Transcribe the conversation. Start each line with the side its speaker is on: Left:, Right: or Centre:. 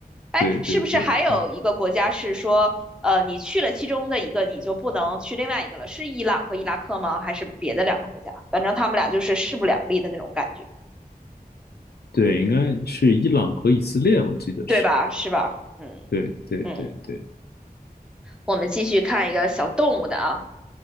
Centre: 哎，
Left: 对对对，
Centre: 是不是还有一个国家是说，
Left: 就是
Centre: 呃，你去了其中的一个，你就不能去另外一个了？是伊朗和伊拉克吗？还是别的两个国家？反正他们俩就是势不两立的那种感觉，
Left: 对，应该是伊朗和以色列，我记得是。
Centre: 对吧？是吧？嗯
Left: 对对对对，
Centre: 嗯，我们继续看一个小动物的啊，